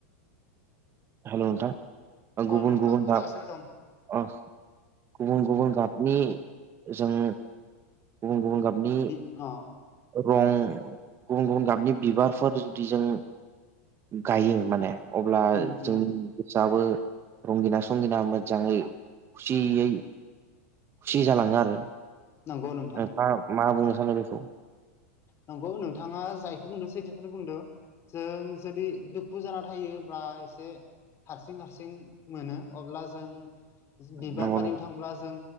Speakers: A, on the right (about 30°); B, on the left (about 35°).
A: हेल' नोंथां
B: अ
A: गुबुन
B: नोंथां
A: गुबुन
B: खोनागासिनो
A: गार
B: दं
A: अ गुबुन गुबुन गाबनि जों गुबुन गुबुन गाबनि
B: अ।
A: रं गुबुन गुबुन गाबनि बिबारफोर जुदि जों गायो माने अब्ला
B: उम
A: जोंनि
B: उम
A: गोसाबो रंगिना संगिना मोजाङै खुसियै खुसि जालाङो आरो नोंथाङा
B: नंगौ नोंथां
A: मा बुंनो सानो बेखौ?
B: नंगौ नोंथाङा जायखौ बुंदों, सैथोखौनो बुंदों जों जुदि दुखु जाना थायोब्ला एसे हारसिं हारसिं मोनो अब्ला जों बिबार
A: नंगौ
B: बारियाव
A: नों
B: थांब्ला जों